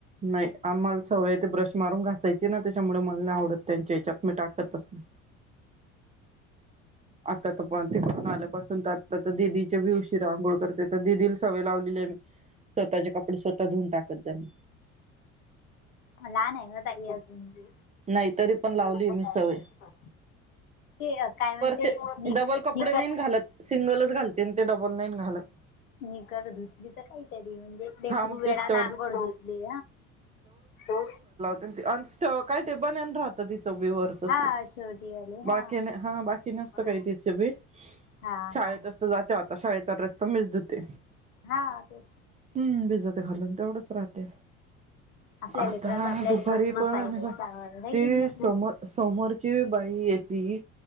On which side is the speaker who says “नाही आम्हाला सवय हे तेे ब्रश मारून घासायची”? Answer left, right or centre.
Right